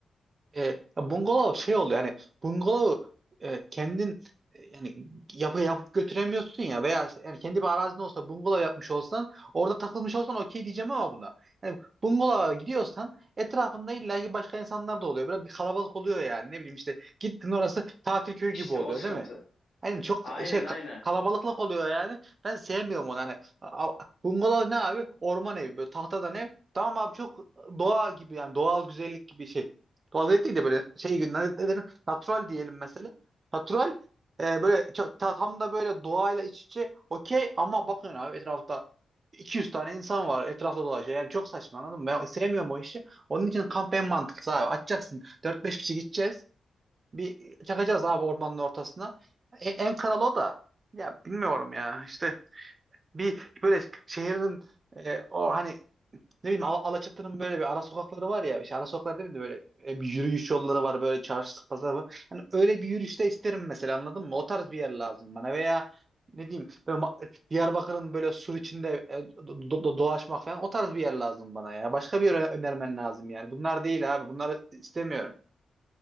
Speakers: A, on the right; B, on the left.
A: E, ya bungalov şey oluyor yani bungalovu e, kendin e, yani yapı yapıp götüremiyorsun ya veya yani kendi bir arazin olsa bungalov yapmış olsan orada takılmış olsan okey diyeceğim ama buna. Yani bungalova gidiyorsan etrafında illa ki başka insanlar da oluyor. Biraz bir kalabalık oluyor yani ne bileyim işte gittin orası tatil köyü
B: İşte
A: gibi oluyor
B: o sıkıntı.
A: değil mi? Hani çok
B: Aynen
A: şey ka-
B: aynen.
A: kalabalıklık oluyor yani. Ben sevmiyorum onu hani. a- a- Bungalov ne abi? Orman evi böyle tahtadan ev. Tamam abi çok doğa gibi yani doğal güzellik gibi şey. Tuvalet değil de böyle şey gibi ne ne denir? Natural diyelim mesela. Natural e, böyle çok- ta- tam da böyle doğayla iç içe okey ama bakın abi etrafta 200 tane insan var etrafta dolaşıyor. Yani çok saçma anladın mı? Ben sevmiyorum o işi. Onun için kamp en mantıklısı abi. Açacaksın. dört beş kişi gideceğiz. Bir çakacağız abi ormanın ortasına. E- en kral o da. Ya bilmiyorum ya. İşte bir böyle şehrin e, o hani ne bileyim Al- Alaçatı'nın böyle bir ara sokakları var ya. İşte ara sokaklar değil mi? Böyle e, bir yürüyüş yolları var. Böyle çarşı pazar var. Yani öyle bir yürüyüşte isterim mesela anladın mı? O tarz bir yer lazım bana. Veya ne diyeyim böyle ma- Diyarbakır'ın böyle sur içinde e, do- do- dolaşmak falan o tarz bir yer lazım bana ya. Başka bir yer önermen lazım yani. Bunlar değil abi. Bunları istemiyorum.